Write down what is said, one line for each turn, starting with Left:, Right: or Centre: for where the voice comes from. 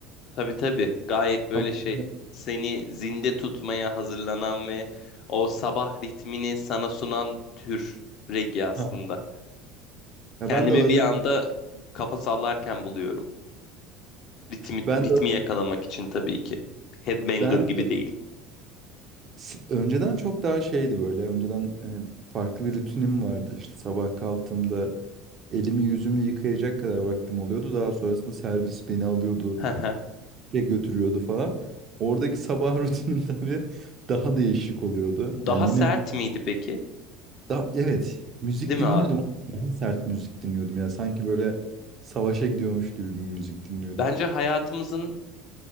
Left: Tabii tabii. Gayet böyle
Right: Ama-
Left: şey seni zinde tutmaya hazırlanan ve o sabah ritmini sana sunan tür reggae aslında.
Right: Ha. Ya
Left: Kendimi
Right: ben de ağırlık,
Left: bir anda kafa sallarken buluyorum. Ritmi,
Right: ben
Left: ritmi
Right: de
Left: yakalamak için tabii ki. Headbanger
Right: ben
Left: gibi
Right: de-
Left: değil.
Right: s- önceden çok daha şeydi böyle. Önceden e, farklı bir rutinim vardı. İşte sabah kalktığımda elimi yüzümü yıkayacak kadar vaktim oluyordu. Daha sonrasında servis beni alıyordu.
Left: <laughs>
Right: şey götürüyordu falan. Oradaki sabah <laughs> rutinim tabii daha değişik oluyordu.
Left: Daha
Right: Yani
Left: sert
Right: yine mü-
Left: miydi peki?
Right: da, evet müzik
Left: Değil
Right: dinliyordum
Left: mi abi?
Right: ama daha sert müzik dinliyordum. Yani sanki böyle savaşa gidiyormuş gibi bir müzik dinliyordum.
Left: Bence hayatımızın